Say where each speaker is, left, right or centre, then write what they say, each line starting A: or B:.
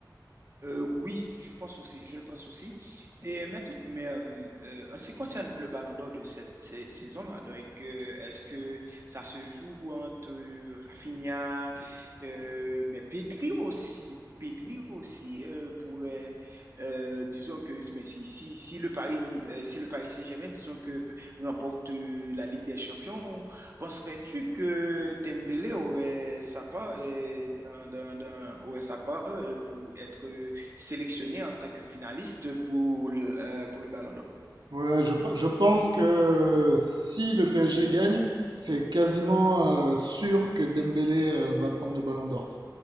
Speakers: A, on the right (about 40°); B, on the right (about 80°).
A: Euh, oui, je pense aussi, je le pense aussi. Et mais, tout- mais euh, euh, en ce qui concerne le Ballon d'Or de cette sa- saison-là, donc euh, est-ce que ça se joue entre euh, Rafinha, euh, mais Pedri aussi, Pedri aussi euh, pourrait, euh, disons que, mais si si si le Paris, euh, si le Paris Saint-Germain, disons que remporte euh, la Ligue des Champions, penserais-tu que Dembélé aurait sa part euh, dans, dans, dans- aurait sa part euh, pour être sélectionné en tant que finaliste pour, euh, pour le Ballon d'Or.
B: Ouais, je, pe- je pense que euh, si le PSG gagne, c'est quasiment euh, sûr que Dembélé euh, va prendre le ballon d'or.